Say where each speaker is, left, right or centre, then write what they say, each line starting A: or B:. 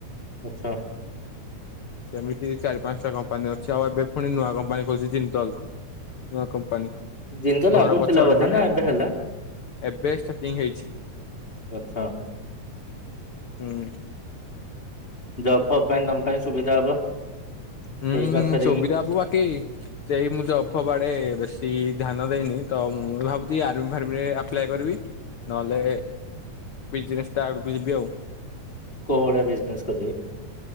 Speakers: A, on the left (about 20°); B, on the left (about 75°).
A: ଆଚ୍ଛା।
B: <unintelligible> ସେମିତି ଚାରି ପାଞ୍ଚଟା କମ୍ପାନୀ ଅଛି, ଆଉ ଏବେ ପୁଣି ନୂଆ କମ୍ପାନୀ ଖୋଲିୁଛି ଜିନ୍ନ୍ଦଲ୍। ନୂଆ କମ୍ପାନୀ।
A: ଜିନ୍ନ୍ଦଲ୍
B: ଘର
A: ଆଗରୁଥିଲାବୋଧେ
B: ପଛପଟେ ମାନେ
A: ନା ଏବେ ହେଲା?
B: ଏବେ ଷ୍ଟାର୍ଟିଂ ହେଇଛି।
A: ଆଛା।
B: ହୁଁ।
A: ଜବ୍ ଫବ୍ ପାଇଁ ତମ ପାଇଁ ସୁବିଧା ହବ।
B: ହୁଁ
A: ସେଇ ପାଖରେ
B: ସୁବିଧା
A: ହିଁ
B: ହବୁ ବାକି ସେଇ ମୁଁ ଜଫ୍ ଫଫ୍ ଆଡେ ବେଶୀ ଧ୍ୟାନ ଦେଇନି ତ ମୁଁ ଭାବୁଛି ଆର୍ମି ଫାର୍ମିରେ ଆପ୍ଲାଇ କରିବି ନହେଲେ ବିଜିନେସ୍ ଟା ‌ ଆଡକୁ ଯିବି ଆଉ।
A: କୋଉ ଭଳିଆ ବିଜିନେସ୍ କରିବେ?